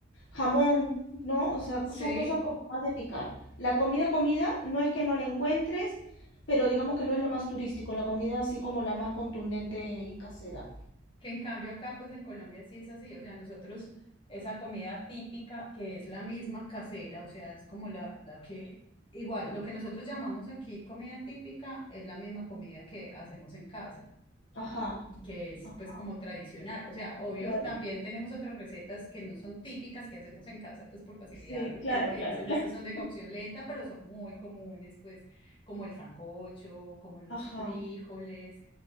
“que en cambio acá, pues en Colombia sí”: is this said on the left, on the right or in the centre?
Left